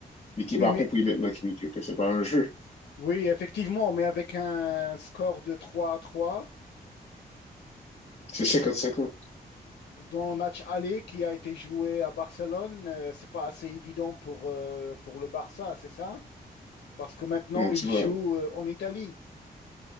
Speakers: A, on the left (about 40°); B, on the left (about 80°).
A: L'équipe
B: oui,
A: a
B: mais,
A: compris maintenant que, que, que c'est pas un jeu.
B: oui, effectivement, mais avec un score de trois à trois
A: C'est cinquante
B: euh,
A: cinquante
B: Dans le match aller qui a été joué à Barcelone, euh, c'est pas assez évident pour, euh, pour le Barça, c'est ça? Parce que maintenant, il
A: tu
B: joue
A: vois.
B: euh, en Italie.